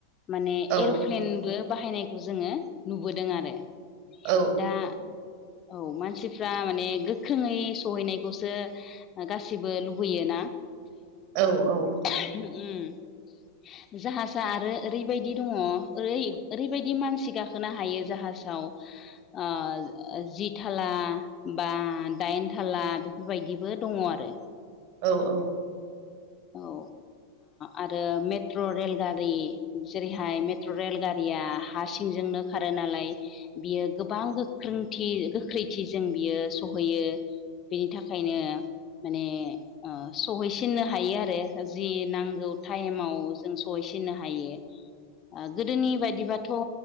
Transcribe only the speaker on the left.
माने
एर'प्लेनबो बाहायनायखौ जोङो नुबोदों आरो
दा औ मानसिफ्रा माने गोख्रोङै सहैनाय खौसो गासिबो लुबैयोना
उम जाहाजा आरो ओरैबायदि दङ ओरै ओरैबायदि मानसि गाखो खोनो हायो जाहाजाव ओ जि थाला बा दाइन थाला बेबायदिबो दङ आरो
औ ओ आरो मेट्र' रेलगारि जेरैहाय मेट्र' रेलगारिया हा सिंजोंनो खारो नालाय बियो गोबां गोख्रोंथि गोख्रैथिजों बियो सहैयो बेनि थाखायनो माने ओ सहैसिननो हायो आरो जि नांगौ टाइमाव जों सहैसिननो हायो ओ गोदोनि बायदिबा थ'